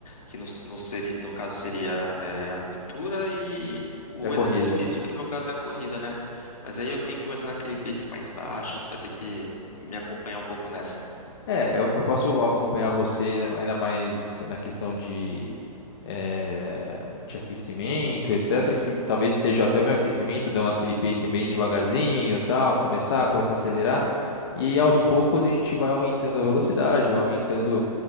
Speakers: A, on the left; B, on the left.
A: Que no, no, seri- no caso seria é, a pintura e o
B: da corrida.
A: exercício físico, que no caso é a corrida, né? Mas aí eu tenho que começar naquele pace mais baixo, você vai ter que me acompanhar um pouco nessa.
B: É, eu, eu posso acompanhar você ainda, ainda mais na questão de, eh, de aquecimento, etc. Que talvez seja até o meu aquecimento, dar aquele pace bem devagarzinho, e tal, começar, começar a acelerar. E aos poucos a gente vai aumentando a velocidade, vai aumentando.